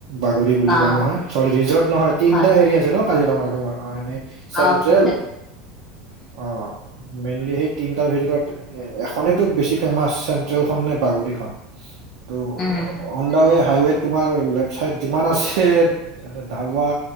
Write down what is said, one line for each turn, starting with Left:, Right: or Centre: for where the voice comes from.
Right: বাগৰি, বুলি
Left: অ'
Right: কয় নহয়। চৰী ৰিজৰ্ট নহয়, তিনটা
Left: হয়
Right: হেৰি আছে ন কাজিৰঙা তোমাৰ এ চেন্ট্ৰেল,
Left: অ' বহুত
Right: অ। মেইনলি সেই তিনটাৰ ভিতৰত এখনেইতো বেছি ফেমাচ চেন্ট্ৰেলখন নে বাগৰিখন। ত'
Left: উম,
Right: অনদা ৱে হাইৱে তোমাৰ লেফট চাইড যিমান আছে ধাৱা